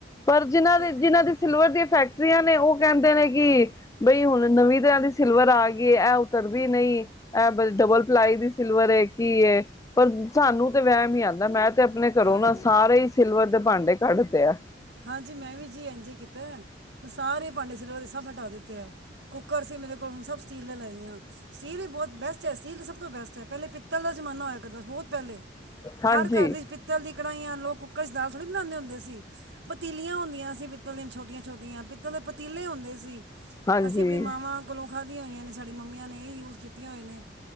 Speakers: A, on the left; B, on the right.
A: ਪਰ ਜਿਹਨਾਂ
B: ਅਤੇ
A: ਦੇ ਜਿਹਨਾਂ ਦੀ ਸਿਲਵਰ ਦੀਆਂ ਫੈਕਟਰੀਆਂ ਨੇ ਉਹ ਕਹਿੰਦੇ ਨੇ ਕਿ ਬਈ ਹੁਣ ਨਵੀਂ ਦੇੀ ਸਿਲਵਰ ਆ ਗਈ ਇਹ ਉਤਰਦੀ ਨਹੀਂ ਇਹ ਡਬਲ ਪਲਾਈ ਦੀ ਸਿਲਵਰ ਕੀ ਹੈ। ਪਰ ਸਾਨੂੰ ਤੇ ਵਹਿਮ ਹੀ ਆਉਂਦਾ ਮੈਂ ਤੇ ਆਪਣੇ ਘਰੋਂ
B: ਹਾਂਜੀ
A: ਨਾ ਸਾਰੇ ਹੀ ਸਿਲਵਰ ਦੇ ਭਾਂਡੇ ਕੱਢਦੇ ਆ।
B: ਹਾਂਜੀ, ਮੈਂ ਵੀ ਜੀ ਐਜ ਹੀ ਕੀਤਾ, ਮੈਂ ਸਾਰੇ ਪਾਂਡੇ ਸਿਲਵਰ ਦੇ ਸਬ ਹੱਟਾ ਦਿੱਤੇ ਆ। ਕੁੱਕਰ ਸੀ ਮੇਰੇ ਕੋਲ ਹੁਣ ਸਭ ਸਟੀਲ ਦੇ ਲੈਏ ਆ, ਸਟੀਲ ਵੀ ਬਹੁਤ ਬੈਸਟ ਐ, ਸਟੀਲ ਸਭ ਤੋਂ ਬੈਸਟ ਐ, ਪਹਿਲੇ ਪਿ ਪਿੱਤਲ ਦਾ ਜ਼ਮਾਨਾ ਹੋਇਆ ਕਰਦਾ ਬਹੁਤ ਪਹਿਲੇ,
A: ਹਾਂਜੀ
B: ਹਰ ਘਰ ਦੀ ਪਿ ਲ ਦੀ ਕੜਾਹੀਆਂ ਲੋਕ ਕੁੱਕਰ ਚ ਦਾਲ ਥੋੜ੍ਹੀ ਬਣਾਉਂਦੇ ਹੁੰਦੇ ਸੀ। ਪਤੀਲੀਆਂ ਹੁੰਦੀਆਂ ਸੀ। ਪਿੱਤਲ ਦੀਆਂ ਛੋਟੀਆਂ- ਛੋਟੀਆਂ ਪਿੱਤਲ ਦੇ ਪਤੀਲੇ ਹੁੰਦੇ ਸੀ।
A: ਹਾਂਜੀ
B: ਅਸੀਂ ਆਪਣੀ ਮਾਵਾਂ ਕੋਲੋਂ ਖਾਦੀਆਂ ਹੋਈਆਂ ਨੇ ਸਾਡੀ ਮੰਮੀਆਂ ਨੇ ਇਹ ਯੂਸ ਕੀਤੀਆਂ ਹੋਏ ਨੇ।